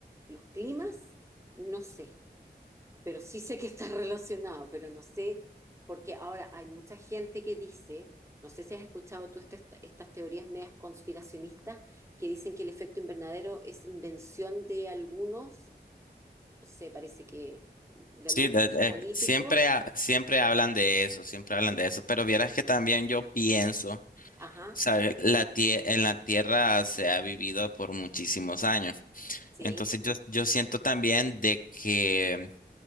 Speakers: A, on the right (about 15°); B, on the left (about 55°).
A: los climas? No sé pero sí sé que está <laughs> relacionado, pero no sé, porque ahora hay mucha gente que dice, no sé si has escuchado tú este- estas teorías medias conspiracionistas, que dicen que el efecto invernadero es invención de algunos, no sé, parece que de
B: sí,
A: algunos
B: de- de-
A: políticos,
B: siempre, ha- siempre hablan de eso, siempre hablan de eso, pero vieras que también yo pienso,
A: ajá,
B: ¿sabes? La tie- en la tierra se ha vivido por muchísimos años,
A: sí,
B: entonces yo, yo siento también de que